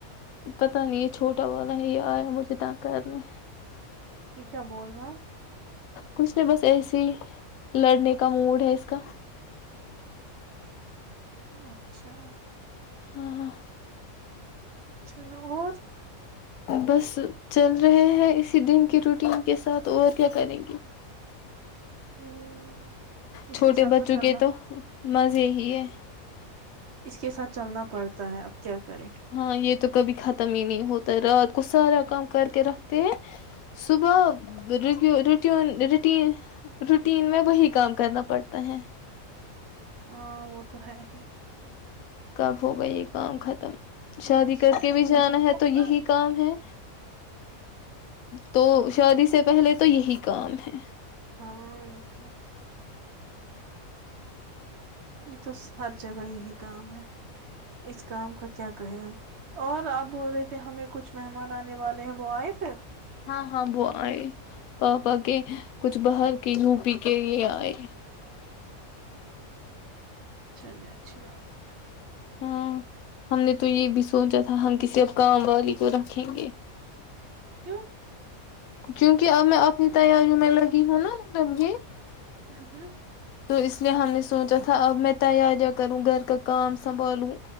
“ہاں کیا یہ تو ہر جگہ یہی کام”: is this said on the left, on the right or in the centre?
Right